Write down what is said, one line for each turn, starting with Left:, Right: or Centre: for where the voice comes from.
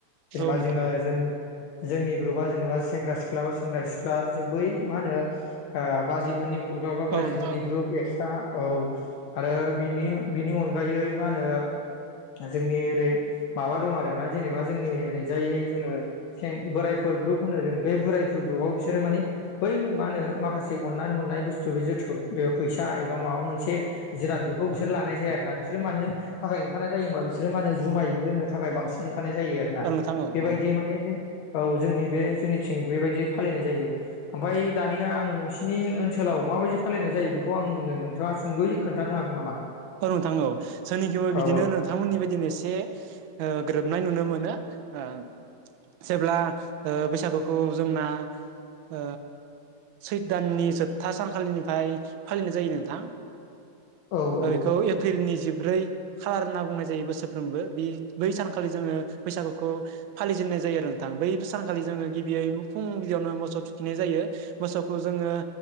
Left: जेनेबा
Right: औ नोंथां
Left: जोङो
Right: औ
Left: उम जोंनि ग्रुपआ जेनेबा सेंग्रा सिख्ला बा सेंग्रा सिख्ला जो बै मा होनो आ बाजै मोननि ग्रुब्लावबा
Right: औ
Left: बाजैमोननि
Right: नोंथां औ
Left: ग्रुप एक्स्रा औ आरो बिनि बिनि अनगायै मा होनो जोंनि ओरै माबा दं आरो ना जेनेबा जोंनि ओरैजायै जोङो सें बोरायफोर ग्रुप होनो जों बे बोरायफोर ग्रुपाव बिसोरो माने बै मा होनो माखासे अननानै हरनाय बुस्थु बे जोथोब बे फैसा एबा माबा मोनसे जिराद बेखौ बिसोर लानाय जाया आरो ना बिसोरो मानो थाखाय ओंखारनाय जायोबा बिसोरो मा होन जुमाय लोंनो थाखाय बांसिन ओ थानाय जायो आरो ना
Right: औ नोंथां औ
Left: बेबायदि
Right: औ
Left: मान औ जोंनि बे जोंनिथिं बेबायदि फालिनाय जायो
Right: नोंथां
Left: ओमफाय दानिया आं बिसिनि ओनसोलाव माबायदि फालिनाय जायो बेखौ आंनो नोंथाङा सुंद'यै खोनथानो हागोन नामा
Right: औ नोंथां औ जोंनिथिंबो
Left: औ
Right: बिदिनो
Left: औ
Right: नोंथांमोननि बादिनो एसे ओ गोरोबनाय नुनो मोनो ओ जेब्ला ओ बैसागुखौ जोंना ओ सैथ दाननि जोबथा सानखालिनिफ्राय फालिनाय जायो नोंथां
Left: औ औ
Right: ओ इखौ एप्रिलनि जिब्रै खालार होनना बुंनाय जायो बोसोरफ्रोमबो बे बै सानखालि जोङो बैसागुखौ फालिजेननाय जायो आरो नोंथां बै सानखालि जोङो गिबियै फुंबिलियावनो मोसौ थुखिनाय जायो मोसौखौ जोङो